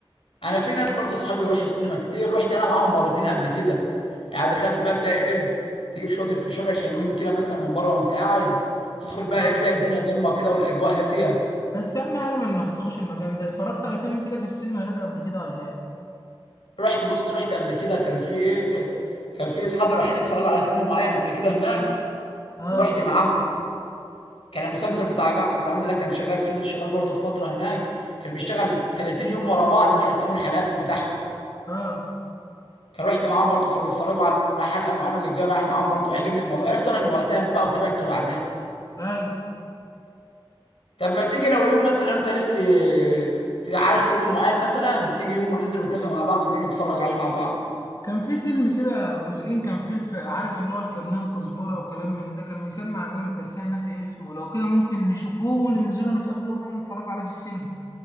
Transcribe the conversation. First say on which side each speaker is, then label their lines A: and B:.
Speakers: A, on the left; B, on the left.
A: انا في ناس برضو اصحابي بيروحوا السينما كتير رحت انا معاهم مرتين قبل كده يعني دخلت بقى تلاقي ايه تجيب شويه الفشار الحلوين كده مثلا من بره وانت قاعد تدخل
B: بالظبط
A: بقى ايه تلاقي الدنيا ضلمه كده والاجواء هاديه
B: بس اهم حاجه ما نوسخوش المكان ده اتفرجت على فيلم كده في السينما هناك قبل كده ولا ايه
A: رحت بص رحت قبل كده كان في ايه كان في اصحابي رايحين يتفرجوا على فيلم معين قبل كده هناك
B: اه
A: ورحت معاهم كان المسلسل
B: أيوة.
A: بتاع جعفر العمدة ده كان شغال فضل شغال برضه في فتره هناك كان بيشتغل 30 يوم ورا بعض بيقسموا الحلقات بتاعته
B: اه
A: كان رحت معاهم برضو كانوا بيتفرجوا على حلقه معينه وجاي رايح معاهم برضو عجبني الموضوع عرفته انا من وقتها بقى وتابعته بعدها
B: ايوه
A: طب ما تيجي لو يوم مثلا لو انت ليك في تبقى عارف فيلم معين مثلا تيجي يوم وننزل ونتفق مع بعض ونروح نتفرج عليه مع بعض
B: كان في فيلم كده جزئين كان فيه الف... عارف اللي هو الفنان كزبرة وكلام من ده كان مسمع جامد بس انا ناسي ايه اسمه لو كده ممكن نشوفوه وننزله نتقابله ونروح نتفرج عليه في السينما